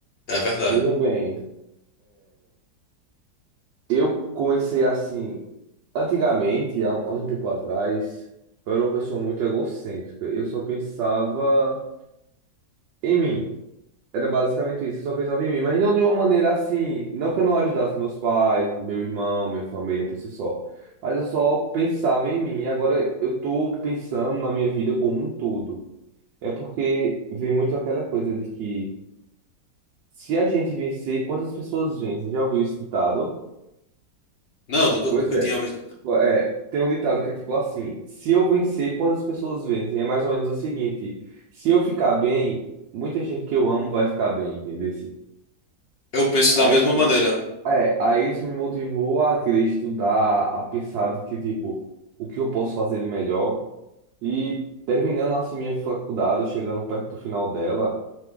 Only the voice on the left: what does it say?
É verdade.
Não, nunca,
nunca
tinha ouvido.
Eu penso da
mesma
maneira.